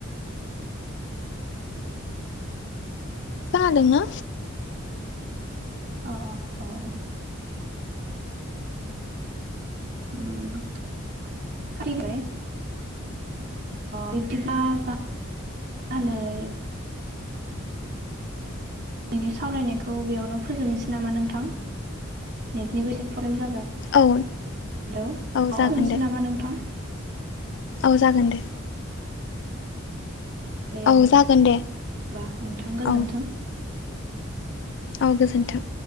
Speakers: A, on the left (about 60°); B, on the right (about 55°).
A: खोनादों ना
B: अ अ औ औ उम <unintelligible> बिदिब्ला मा होन होनो बेनि सावरायनायखौ बेयावनो फोजोबनोसै नामा नोंथां नेटनिबो एसे प्रब्लेम जाबाय हेल
A: औ
B: अ
A: औ जागोन
B: दोनथनसै
A: दे
B: नामा नोंथां
A: औ जागोन दे
B: दे होन
A: औ
B: <unintelligible>
A: जागोन दे
B: होनबा नोंथां गोजोन्थों
A: औ औ गोजोन्थों